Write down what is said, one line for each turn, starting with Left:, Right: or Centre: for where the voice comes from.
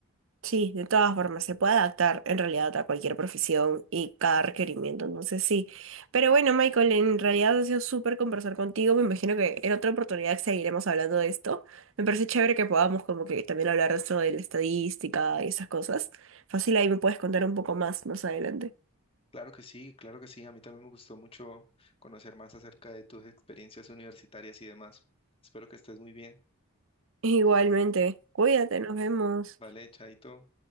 Right: sí, de todas formas, se puede adaptar en realidad a cualquier profesión y cada requerimiento, entonces sí. Pero bueno, Michael, en realidad ha sido súper conversar contigo. Me imagino que en otra oportunidad seguiremos hablando de esto. Me parece chévere que podamos como que también hablar de esto de la estadística y esas cosas. Fácil, ahí me puedes contar un poco más más adelante.
Left: Claro que sí, claro que sí. A mí también me gustó mucho conocer más acerca de tus experiencias universitarias y demás. Espero que estés muy bien.
Right: <laughs> Igualmente, cuídate, nos vemos.
Left: Vale, chaito.